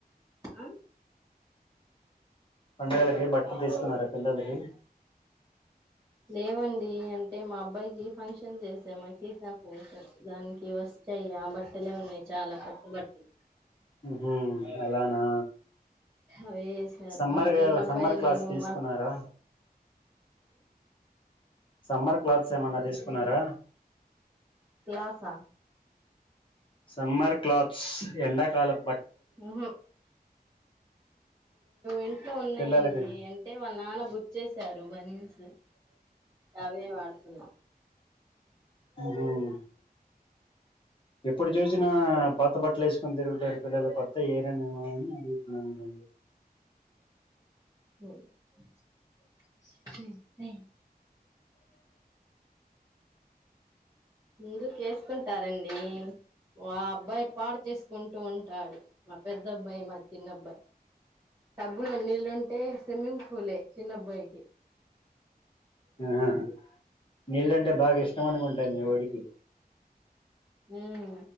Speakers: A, on the right; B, on the left.
A: ఆ
B: పండుగలకి బట్టలు తీసుకున్నారా పిల్లలకి
A: లేవండి అంటే మా అబ్బాయికి ఫంక్షన్ చేసా మా <unintelligible> దానికి వచ్చాయి ఆ బట్టలే ఉన్నాయి చాలా కర్ష్ట పట్టది
B: మహు అలానా
A: అవేసారు
B: సమ్మర్
A: మా చిన్నబ్బాయి
B: సమ్మర్ క్లాస్
A: నేను
B: తీసుకున్నారా
A: మా
B: సమ్మర్ క్లాత్స్ ఏమన్నా తీసుకున్నారా?
A: క్లాసా
B: సమ్మర్ క్లాత్స్ ఎండాకాలం
A: <unintelligible> ఇంట్లో ఉన్నాయండి
B: పిల్లలకి
A: అంటే వాళ్ళ నాన్న బుక్ చేశారు బానిన్స్ అవే వాడుతున్నాం.
B: ఉహ్ ఉమ్ ఎప్పుడు చూసినా పాత్త బట్టలు వేసుకొని తిరుగుతారు పిల్లలు కొత్త ఏరేనేమో అని ఉమ్
A: ఉమ్ <unintelligible> మీరు కేస్ కుంటారండి ఆ అబ్బాయి పాడు చేసుకుంటూ ఉంటాడు మా పెద్ద అబ్బాయి మ చిన్నబ్బాయి డబ్బులో నీళ్ళుంటే స్విమ్మింగ్ పూలే చిన్నబ్బాయికి
B: ఉమ్ ఉమ్ నీళ్ళంటే బాగా ఇష్టం అనుకుంటా మీఓడికి.
A: హ్మ్మ్